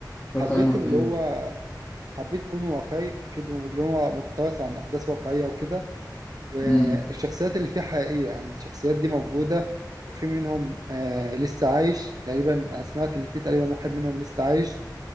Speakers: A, on the left; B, on the right.
A: اتفرجت
B: حبيت
A: عليه مرتين
B: اللي هو حبيت كونه واقعي اكيد اللي هو مقتبس عن احداث واقعيه وكده والشخصيات
A: امم
B: اللي فيه حقيقية يعني الشخصيات دي موجودة وفي منهم آه لسه عايش تقريبا أنا سمعت اللي فيه تقريبا واحد منهم لسه عايش